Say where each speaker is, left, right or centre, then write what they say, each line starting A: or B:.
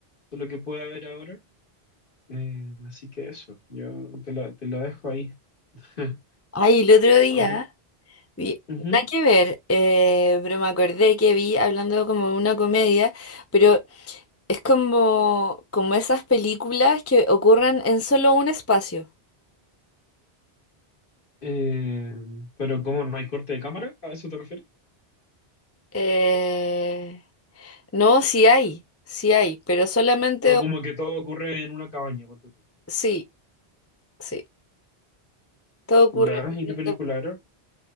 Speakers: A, on the left (about 55°); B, on the left (about 15°).
A: lo que puede haber ahora. Eh, así que eso, yo te lo, te lo dejo ahí. <laughs>
B: Ay, el otro día
A: A ti-
B: vi,
A: Ujú.
B: nada que ver, eh, pero me acordé que vi hablando como de una comedia, pero es como, como esas películas que ocurren en solo un espacio.
A: Eh, pero ¿cómo no hay corte de cámara? ¿A eso te refieres?
B: Eh, no, sí hay, sí hay, pero solamente,
A: No, como que todo ocurre en una cabaña. ponte tú.
B: sí, sí, todo ocurre.
A: ¿Ya? ¿Y
B: en
A: qué película
B: un-
A: era?